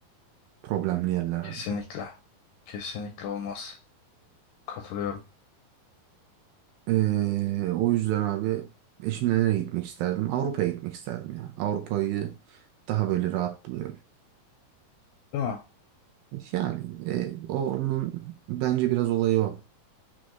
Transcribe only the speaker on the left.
Kesinlikle. Kesinlikle olmaz. Katılıyorum.
Değil mi?